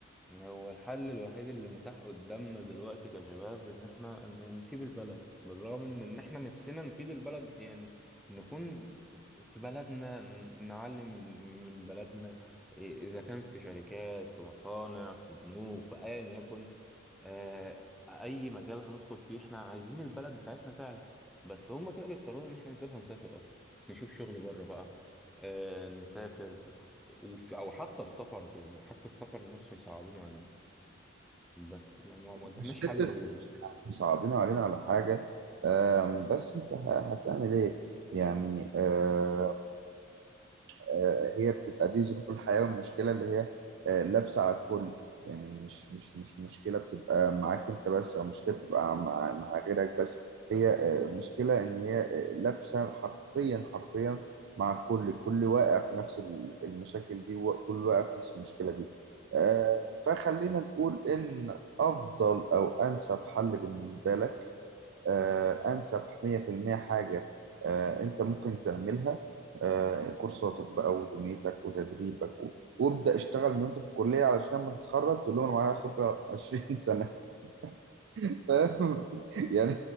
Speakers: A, in the centre; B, on the right.
A: هو الحل الوحيد اللي متاح قدامنا دلوقتي كشباب ان احنا ان نسيب البلد بالرغم من ان احنا نفسنا نفيد البلد يعني نكون في بلدنا ن- نعلم من بلدنا إيه، اذا كان في شركات في مصانع في بنوك في ايا يكن آه، اي مجال هندخل فيه احنا عايزين البلد بتاعتنا تعلى بس هما كده بيضطرونا ان احنا نسيبها ونسافر اصلا نشوف شغل بره بقى آه، نسافر وفي او حتى السفر يعني حتى السفر نفسه مصعبينه علينا بس ما ما- ما قدامناش
B: مش
A: حل
B: حتة
A: غيره
B: صعبين علينا على حاجة آم، بس انت ه- هتعمل ايه يعني آه، آه، هي بتبقى دي ظروف الحياة والمشكلة اللي هي آه، لابسة على الكل يعني مش مش مش مشكلة بتبقى معاك انت بس او مشكلة بتبقى مع مع غيرك بس هي آه، المشكلة ان هي آه، لابسة حرفيا حرفيا مع الكل الكل واقع في نفس ال- المشاكل دي وكل واقع في نفس المشكلة دي آه، فخلينا نقول ان افضل او انسب حل بالنسبة لك آه، أنسب 100% حاجة آه، أنت ممكن تعملها آه، كورساتك بقى ودنيتك وتدريبك و- وابدأ اشتغل من وأنت في الكلية علشان لما تتخرج تقول لهم أنا معايا خبرة 20 سنة <laughs> فاهم يعني